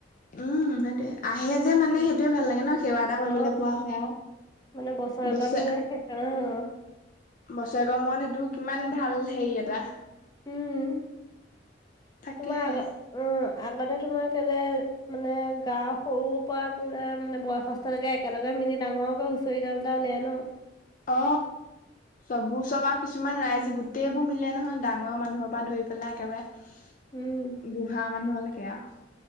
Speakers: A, on the left; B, on the left.
A: উম সেই টোএ। আহে যে মানে
B: উম
A: সেইটোয়ে ভাল লাগে ন সেৱা এটা কৰিবলৈ
B: অ
A: পোৱা হয় আৰু,
B: মানে বছৰেকত
A: বছে
B: মানে সেই অ,
A: বছৰেকৰ মূৰত সেইটো কিমান ভাল হেৰি এটা।
B: উম,
A: তাকেহে
B: তোমাৰ আগ উম আগতে তোমাৰ কেলে মানে গাঁৱৰ সৰুৰ পৰা বো মানে বয়সস্থলৈকে একেলগে মিলি ডাঙৰকে হৈছে। চৈডালডওলে আয় ন।
A: অ। চবো চব আৰু কিছুমান ৰাইজ গোটেইবোৰ মিলে নহয় ডাঙৰ মানুহৰ পৰা ধৰি পেলাই একেবাৰে।
B: উম
A: বুঢ়া মানুহলৈকে আৰু